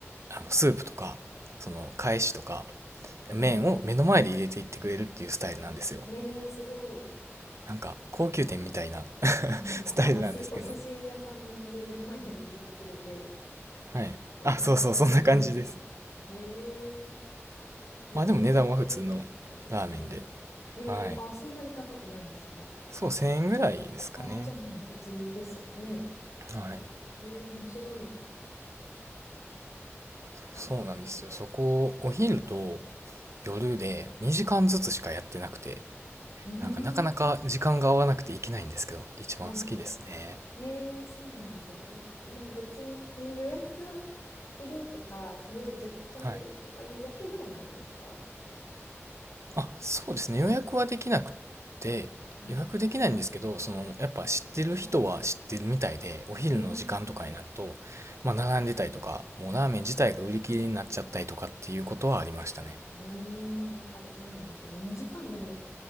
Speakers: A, on the right (about 70°); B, on the left (about 85°).
A: あのスープとか、その、返しとか、麺を目の前で入れていってくれるっていうスタイルなんですよ。
B: うんうん。ええすごい。
A: なんか、高級店みたいな
B: うんうんうん。
A: <laughs> スタイルなんですけど。
B: あの、す、お寿司屋さんで目の前で握ってくれて、
A: はい。
B: お器に置いてくれるみたいな。
A: あ、そうそう、そんな感じです。
B: へえ、もうエンターテインメントですね。
A: まあでも値段は普通のラーメンで。
B: へえ、
A: はい。
B: あ、そんなに高くないんですか
A: そう、1000円ぐらいですかね。
B: あ、じゃあもう普通ですね。
A: はい。
B: ええ、面白い。
A: そうそうなんですよ。そこ、お昼と夜で2時間ずつしかやってなくて、
B: うーん。
A: なんかなかなか時間が合わなくていけないんですけど、一番好きですね。
B: あ、ええ、そうなんですね。もう別に予約がいるとか、すごいずっと混んでるとかいうわけではないんですか
A: はい。あ、そうですね。予約はできなくて、
B: はい。
A: 予約できないんですけど、その、やっぱ知ってる人は知ってるみたいで、お昼の時間とかになると、
B: うーん。
A: まあ並んでたりとか、もうラーメン自体が売り切れになっちゃったりとかっていうことはありましたね。
B: うーん、やっぱりそうなんですよね。2時間でも、